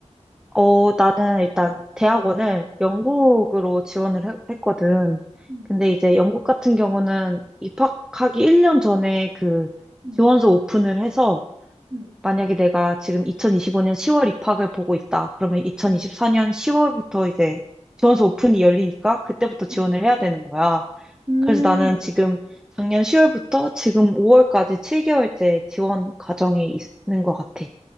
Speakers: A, in the centre; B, on the right.
A: 어, 나는 일단 대학원을 영국으로
B: 응.
A: 지원을 해- 했거든.
B: 응,
A: 근데 이제 영국 같은 경우는 입학하기 1년 전에 그
B: 응.
A: 지원서 오픈을 해서
B: 응,
A: 만약에 내가 지금 2025년 10월 입학을 보고 있다. 그러면 2024년
B: 응,
A: 10월부터 이제 지원서 오픈이 열리니까 그때부터 지원을
B: 응.
A: 해야 되는 거야.
B: 음,
A: 그래서 나는 지금 작년 10월부터 지금 5월까지 7개월째 지원 과정에 있는 것 같아.